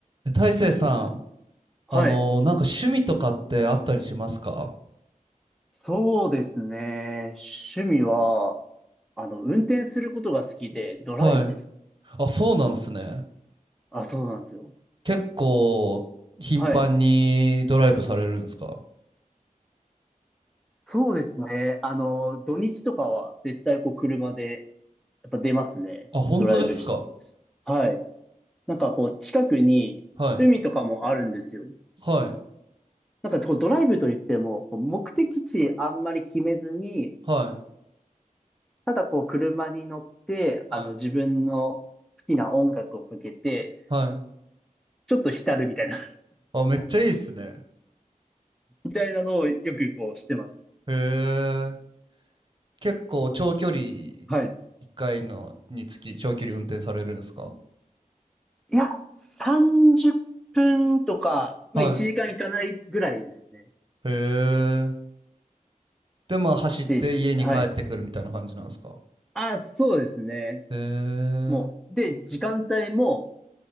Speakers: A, on the right; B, in the centre.
A: え大成さん、
B: はい。
A: あのーなんか趣味とかってあったりしますか
B: そうですね。趣味は、あの、運転することが好きで、ドライブです。
A: はい。あ、そうなんですね。
B: あ、そうなんですよ。
A: 結構、頻繁にドライブされるんですか
B: はい。そうですね。あの、土日とかは絶対こう車で、やっぱ出ますね。
A: あ、本当ですか
B: ドライブし。はい。なんかこう近くに海とかもあるんですよ。
A: はい。はい。
B: なんかこうドライブといっても、こう目的地あんまり決めずに、
A: はい。
B: ただこう車に乗って、
A: はい。
B: あの自分の好きな音楽をかけて、
A: はい。
B: ちょっと浸るみたいな
A: あ、めっちゃいいっすね。
B: みたいなのをよくこうしてます。
A: へえ。結構、長距離、
B: はい。
A: 一回のにつき、長距離運転されるんですか
B: いや、30分とか、まあ1時間いかないぐらいですね。
A: はい。へえ。で、まあ、走って家に帰ってくるみたいな感じなんですか
B: で、はい。あ、そうですね。
A: へえ。
B: もう、で、時間帯も、